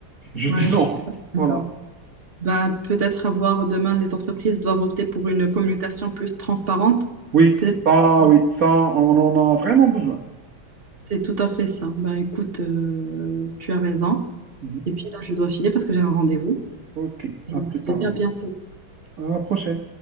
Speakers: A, on the right (about 40°); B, on the right (about 25°).
A: Je
B: Ouais,
A: dis
B: je
A: non.
B: suis d'accord.
A: Voilà.
B: Ben, peut-être avoir demain, les entreprises doivent opter pour une communication plus transparente.
A: Oui,
B: Peut-être que
A: ah oui, ça, on en a vraiment besoin.
B: c'est tout à fait ça. Ben, écoute, euh, tu as raison.
A: Mhm.
B: Et puis là, je dois filer parce que j'ai un rendez-vous.
A: Ok,
B: Et
A: à
B: je
A: plus tard.
B: te dis à bientôt.
A: alors. À la prochaine.